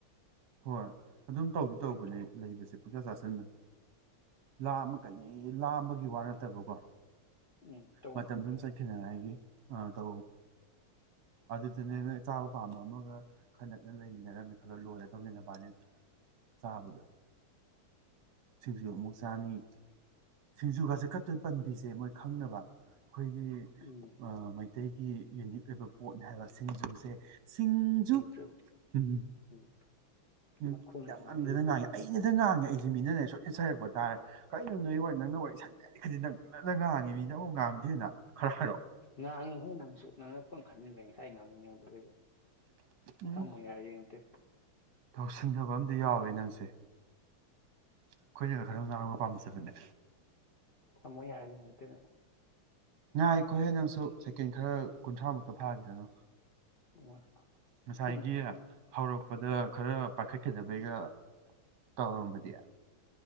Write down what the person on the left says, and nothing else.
ꯇꯧ
ꯎꯝ ꯇꯧꯐꯝ
ꯈꯪꯗꯕꯩ
ꯎꯝ
ꯎꯝ
ꯐꯤꯁꯨ
ꯎꯝ
ꯃꯈꯣꯡꯉꯛꯑꯦ
ꯅꯪ ꯁꯤꯡꯖꯨ
ꯄꯟꯕꯗ
ꯉꯥꯡꯉꯤꯍꯦ ꯅꯪꯁꯨ ꯅꯪꯅ ꯄꯨꯡ ꯈꯟꯖꯤꯟꯕ ꯉꯁꯥꯏ ꯉꯥꯡꯉꯅꯤꯉꯣꯟꯣ
ꯊꯝꯃꯨ ꯌꯥꯏ ꯌꯦꯡꯉꯇꯦ
ꯊꯥꯃꯣ ꯌꯥꯔꯦ ꯌꯦꯪꯅꯤꯪꯇꯦ ꯅꯡ
<unintelligible>